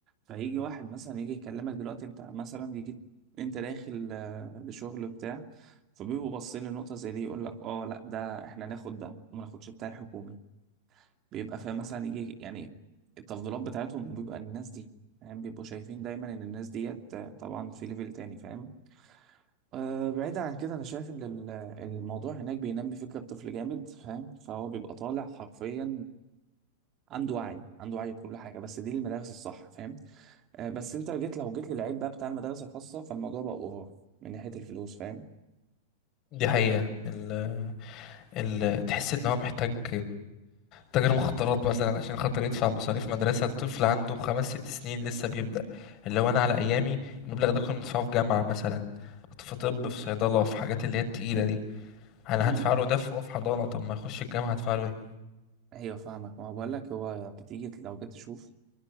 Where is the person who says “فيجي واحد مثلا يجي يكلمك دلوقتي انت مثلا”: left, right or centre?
Right